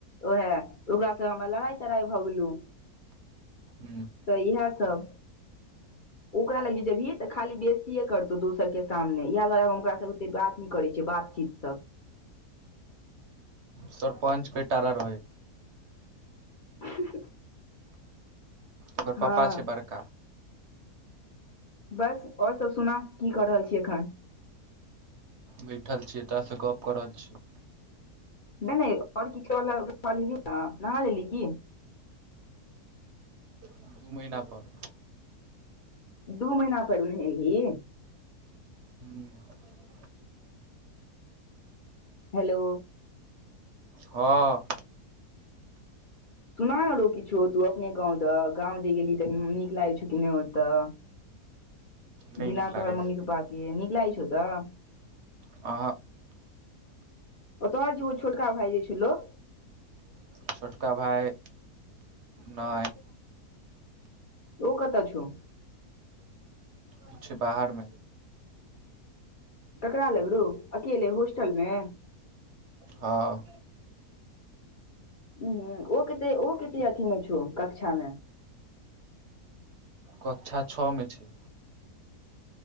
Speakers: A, on the left; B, on the right.
A: ओएहे ओकरा सब ह ला तरा भऽ गेलहुँ
B: ह
A: तऽ ई सभ ओकरा लगि जेबही तऽ खाली बेजतिए करतौ दोसर के सामने इएह दुआरे हम ओकरा स ओते बात नहि करै छियै बात चीज सब
B: सरपंच पेटारा रहै
A: <unintelligible>
B: ओकर
A: हँ
B: पापा छै बड़का
A: बस ओर सब सुना की क रहल छी एखन
B: बैठल छीयै तोरा स गप क रहल छीयॏ
A: नहि नहि आओर <unintelligible> नहा लेलिय की
B: दू महिना पर
A: दू महिना पैर नहेलिही
B: ह <inaudible>
A: हेलो
B: हँ
A: सुना न रऊ किछ तू अपने गाँव तऽ गाँंव जे गेली त नीक लागै छौ कि नहि ओते
B: नहि
A: बिना
B: नीक लागै
A: तोहर मम्मी पप्पा के निकलागे छौ ओतअ
B: आ
A: ओ तोहर जे ओ छोटका भाई जे छेलो
B: छोटका भाय नहि
A: ओ कतऽ छौ
B: ओ छै। बाहरमे
A: ककरा लग राऊ अकेले होस्टल मे
B: हां <inaudible>
A: ओ ह ओ कते ओ कते अथी मे छौ कक्षा मे
B: कक्षा छ मे छै